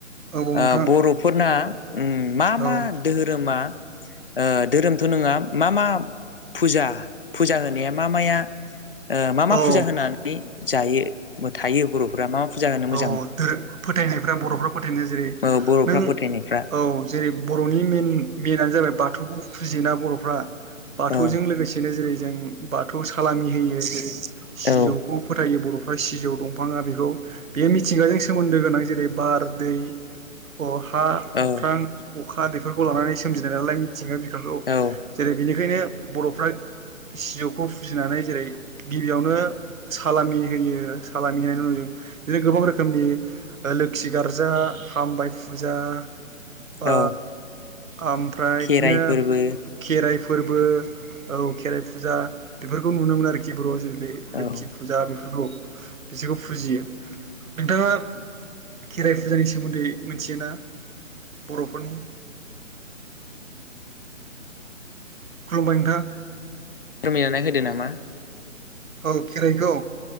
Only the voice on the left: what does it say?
ओ बर'फोरना ओम मा
मा धोहोरोमा ओ धोहोरोमथ' नङा मा मा फुजा फुजा होनाया मा माया ओ मा मा
फुजा होनानै जायो? थायो बर'फोरा मा मा फुजा होनो मो
औ बर'फ्रा
फोथायनायफ्रा
औ
औ
औ
औ
औ
खेराइ
फोरबो
औ
फोरमायनानै होदो नामा?